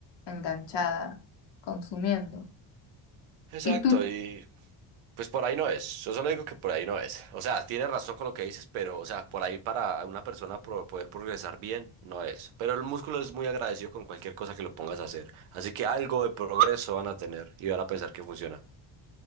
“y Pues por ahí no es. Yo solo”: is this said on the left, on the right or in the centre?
Right